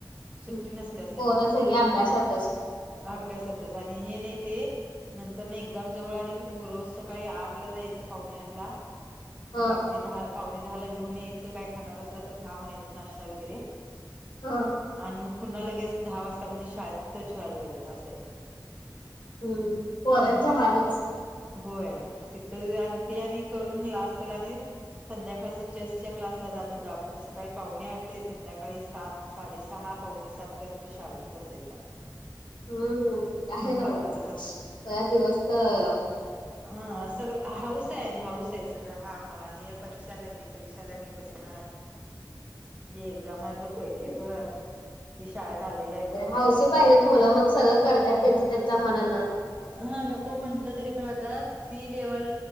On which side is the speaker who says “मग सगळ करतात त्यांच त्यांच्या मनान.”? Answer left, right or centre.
Left